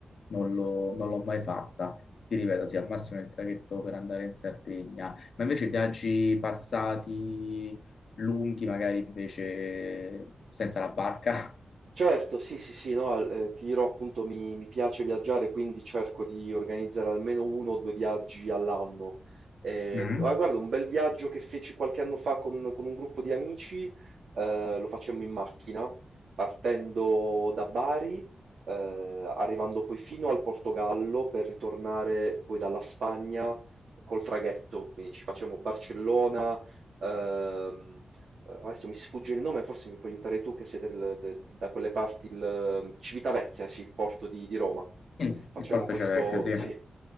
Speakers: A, on the left (about 60°); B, on the right (about 75°).
A: non l'ho non l'ho mai fatta. Ti ripeto, sì, al massimo il traghetto per andare in Sardegna, ma invece viaggi passati lunghi, magari invece senza la barca.
B: Certo, sì, sì, sì, no, al- eh, ti dirò appunto mi, mi piace viaggiare, quindi cerco di organizzare almeno uno o due viaggi all'anno. Ehm,
A: Mm.
B: ah, guarda, un bel viaggio che feci qualche anno fa con, con un gruppo di amici, eh, lo facemmo in macchina, partendo da Bari, eh, arrivando poi fino al Portogallo per ritornare poi dalla Spagna eh, col traghetto, quindi ci facevamo Barcellona, ehm, eh, adesso mi sfugge il nome, forse mi puoi aiutare tu che sei del- de- de- da quelle parti, il, eh, Civitavecchia, sì, il porto di, di Roma.
A: Sì,
B: Facciamo
A: Il porto
B: questo,
A: c'è vecchio, sì.
B: sì,